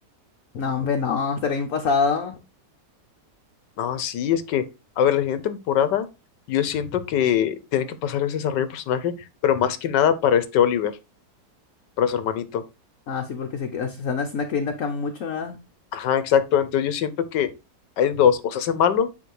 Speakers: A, on the left; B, on the left.
A: No, hombre, no, estaría bien pasado.
B: No, sí, es que, a ver, la siguiente temporada, yo siento que tiene que pasar ese desarrollo de personaje, pero más que nada para este Oliver, para su hermanito.
A: Ah, sí, porque se, se andan se andan creyendo acá mucho, ¿verdad?
B: Ajá, exacto. Entonces yo siento que hay dos, o se hace malo